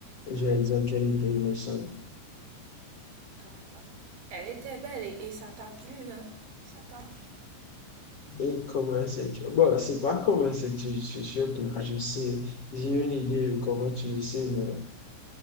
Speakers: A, on the left; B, on the right.
A: Je vais dire qu'elle était innocente.
B: Ah. Elle était belle et, et ça t'a plu, hein? Ça t'a plu.
A: Et comment sais-tu? Bon, c'est pas comment sais-tu, je suis sûr que je sais. J'ai une idée de comment tu le sais, mais